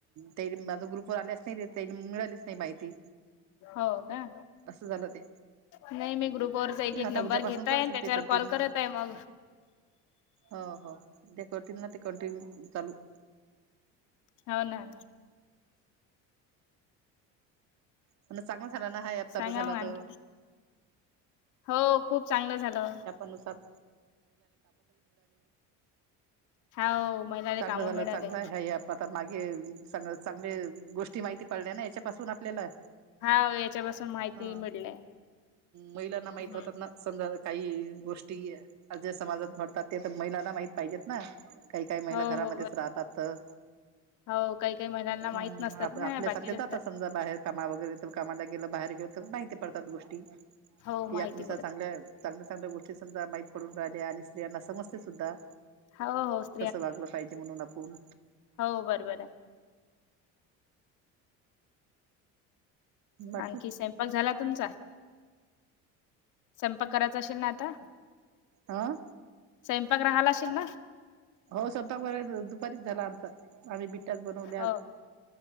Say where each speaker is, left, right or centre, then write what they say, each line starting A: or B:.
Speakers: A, on the right; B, on the left.
A: त्या माझं ग्रुपवर आल्या असत्याच काही मिळाल्या असतील. नही माहित.
B: हो का.
A: असं झालं ते.
B: नाही मी ग्रुपवररचा एक एक
A: आता
B: नंबर
A: उद्यापासून
B: घेतय
A: करतील
B: त्याच्यावर
A: ते कंटिन्यू
B: कॉल करत आहे मग.
A: हो हो ते करतील ना ते कंटिन्यू चालू...
B: हा ना....
A: म्हणलं चांगला झाला ना हायात चालू
B: सांगा
A: झाला
B: मग आणखी
A: त
B: हो खूप चांगलं झालं.
A: अनुसार.
B: हाव महिलाले
A: चांगलं
B: कामं
A: झालं
B: मिळाले
A: चांगलं आहे ह्यात. मग आता मागे सगळ चांगले गोष्टी माहिती पडल्या ना याच्यापासून आपल्याला.
B: हाव याच्यापासून माहिती
A: हं
B: मिळलंय
A: महिलांना माहित
B: हम्म
A: होतातना. समजा काही गोष्टी जे समाजात घडतात ते पण महिलांना माहीत पाहिजेत ना काही काही महिला
B: हो
A: घरामध्येच
B: हो ब
A: राहतात तर.
B: हो काही काही महिलांना माहित
A: हम,
B: नसतात
A: आप
B: ना
A: आपल्यासारख्या
B: या बाकीच्या
A: जातात
B: घरात
A: समजा बाहेर. कामा वगैरे तर कामाला गेलं बाहेर गेल तर माहिती पडतात गोष्टी
B: हो माहिती
A: यातनुसार
B: पडत
A: चांगल्या चांगल्या चांगल्या गोष्टी समजा माहीत पडून राहिल्या आणि स्त्रीयांना समजते सुद्धा.
B: हाव हौस
A: कसं वागलं पाहिजे म्हणून आपुन.
B: हो बरोबर आहे.
A: बाकी
B: आणखी सेम. काॅल झाला तुमचा? स्वयंपाक करायचा अशीन ना आता.
A: हं
B: स्वयंपाक राहाला अशीन ना
A: हो स्वयपाक वैगरे दुपारीच झाला आमचा आम्ही बिट्याच बनवल्या
B: हो.
A: आज.